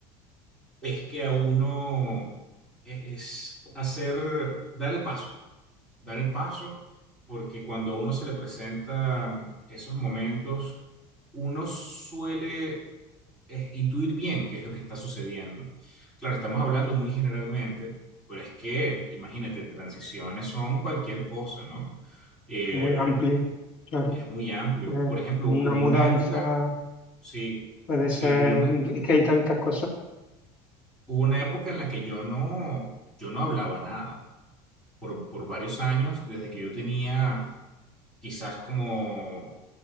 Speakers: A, in the centre; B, on the left (about 45°).
A: es que a uno e- es hacer, dar el paso, dar el paso, porque cuando a uno se le presentan esos momentos, uno suele eh, intuir bien qué es lo que está sucediendo. Claro, estamos hablando muy generalmente, pero es que, imagínate, transiciones son cualquier cosa, ¿no? Eh,
B: muy amplio, claro.
A: es muy amplio.
B: Eh,
A: Por ejemplo,
B: una
A: hubo
B: mudanza,
A: una época, sí,
B: puede ser,
A: sí, hubo una,
B: es que hay tantas cosas
A: hubo una época en la que yo no, yo no hablaba nada. Por, por varios años, desde que yo tenía quizás como